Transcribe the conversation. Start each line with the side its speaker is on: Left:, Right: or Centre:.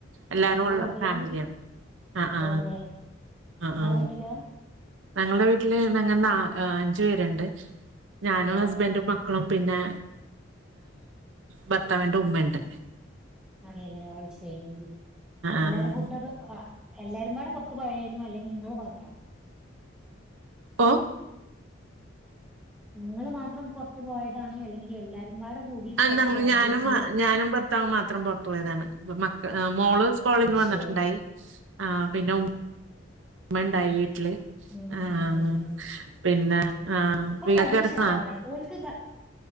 Right: എല്ലാരും ഉള്ള
Centre: വീട്ടിലാ
Right: ഫാമിലിയാണ് ആ ആ
Centre: ഓ ഓ
Right: ആ
Centre: നിങ്ങളെ
Right: ആ
Centre: വീട്ടിലോ
Right: ഞങ്ങളുടെ വീട്ടില് ഞങ്ങൾ നാ ആ അഞ്ചു പേരുണ്ട് ഞാനും
Centre: അതെ
Right: ഹസ്ബൻറും മക്കളും പിന്നെ ഭർത്താവിന്റെ ഉമ്മണ്ട്
Centre: അതെല്ലെ അയ് ശരി
Right: ആഹ്
Centre: എല്ലാരും ഫുഡ് ഒക്കെ എല്ലാരും പാടെ പുറത്ത് പോയി അല്ലെങ്കി നിങ്ങളെ മാത്രം
Right: ഓ
Centre: നിങ്ങള്ൾ മാത്രം പുറത്ത് പോയതാണോ അല്ലെങ്കിൽ എല്ലാര പങ്ങാടെ കൂടിട്ട്
Right: ആ
Centre: പൊറത്തു
Right: ഞങ്ങ
Centre: പോയതെയ്ന്നിയേയനിചോയ്ക്കാ
Right: ഞാനും ഞാനും ഭർത്താവും മാത്രം പുറത്തു പോയതാണ് മക്ക മോള് സ്കോളന്ന് വന്നിട്ടുണ്ടായി
Centre: ശരി
Right: ആ പിന്നെ ഉ ഉമ്മണ്ടായി വീട്ടില്
Centre: ഉ
Right: ആഹ്
Centre: ഉം ഉം ഉ
Right: പിന്നെ
Centre: ഉ
Right: ആഹ്
Centre: ഇപ്പൊ
Right: വീടൊക്കെ
Centre: പരീക്ഷാവാറായി
Right: അടുത്താ
Centre: ഓൽക്ക് ഇതാ